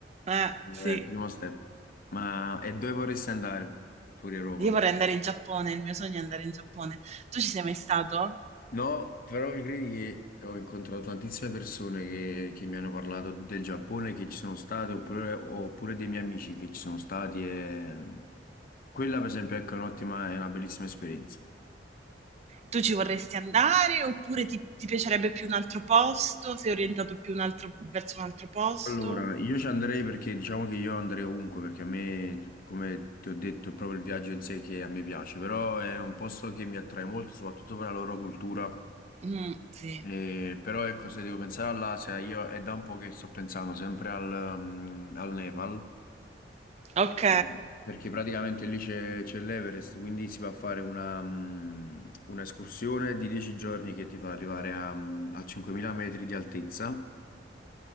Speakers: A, on the right; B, on the left.
A: Eh,
B: È
A: sì.
B: il primo step. Ma e dove vorresti andare fuori Europa?
A: Io vorrei andare in Giappone, il mio sogno è andare in Giappone. Tu ci sei mai stato?
B: No, però mi credi che ho incontrato tantissime persone che, che mi hanno parlato del Giappone che ci sono state, oppure, oppure dei miei amici che ci sono stati. E... mm, Quella, per esempio, ecco, è un'ottima, è una bellissima esperienza.
A: Tu ci vorresti andare oppure ti, ti piacerebbe più un altro posto? Sei orientato più un altro- verso un altro posto?
B: Allora, io ci andrei perché diciamo che io andrei ovunque, perché a me, come ti ho detto, è proprio il viaggio in sé che a me piace, però è un posto che mi attrae molto, soprattutto per la loro cultura.
A: Mm, sì.
B: Eh, però ecco, se devo pensare all'Asia, io è da un po' che sto pensando sempre al, mm, al Nepal,
A: Ok.
B: Eh, perché praticamente lì c'è c'è l'Everest, quindi si va a fare una, mm, un'escursione di 10 giorni che ti fa arrivare a, mm, a 5000 metri di altezza